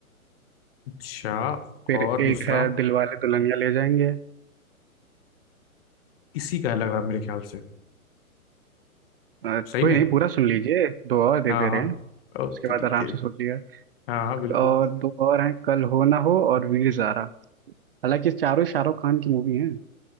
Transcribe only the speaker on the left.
अच्छा
और
दूसरा
इसी का है लग रहा है मेरे ख्याल से
सही
में
हाँ
हाँ
ओ
तेरी
के
हाँ हाँ बिल्कुल